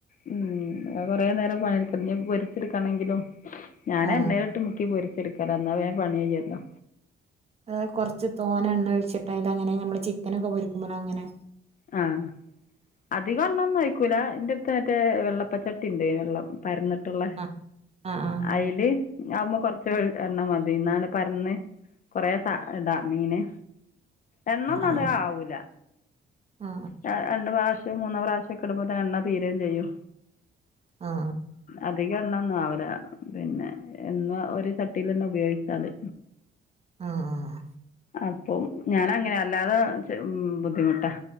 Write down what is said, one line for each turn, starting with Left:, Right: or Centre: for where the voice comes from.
Left: ഉം അത് കൊറേ നേരം പണിട്ക്കണം ഇഞ്ഞ് പൊരിച്ച്ട്ക്കണെങ്കിലും. ഞാനെണ്ണേല്ട്ട്
Right: ആ
Left: മു ക്കി പൊരിച്ചെടുക്കലാ ന്നാ വേം പണ്യയ്യല്ലൊ.
Right: ഏഹ് കൊർച്ച് തോനെ എണ്ണ ഒഴിച്ചിട്ട്, അയിലങ്ങനെ നമ്മള് ചിക്കനൊക്കെ പൊരിക്കുമ്പോലങ്ങനെ
Left: ആഹ് അധികെണ്ണൊന്നും ഒഴി ക്കുലാ, ഇന്റെട്ത്ത് മറ്റേ വെള്ളപ്പച്ചട്ടിണ്ട് വെള്ളം പരന്ന് ട്ട്ള്ളെ
Right: ആ ആ ആ
Left: അയ്ല് ആവുമ്പോ കൊർച്ച് എണ്ണമതി. ഇന്നാണ് പര്ന്ന് കൊറേ സ ഇടാ മീന്. എണ്ണന്നൊധികം
Right: ആ ആ
Left: ആവൂല.
Right: ആ
Left: ര രണ്ട് പ്രാവശ്യം മൂന്ന് പ്രാവശ്യക്കെ ഇടുമ്പോത്തിന് എണ്ണ തീരേം ചെയ്യും.
Right: ആഹ്
Left: അധിക എണ്ണൊന്നും ആവൂല. പിന്നെ എന്നും ഒരു ചട്ടീലെന്നെ ഉപയോഗിച്ചാല്.
Right: ആഹ് ആഹ്
Left: അപ്പം ഞാനങ്ങനെ അല്ലാതെ ച്ച് ഉം ബുദ്ധിമുട്ടാ,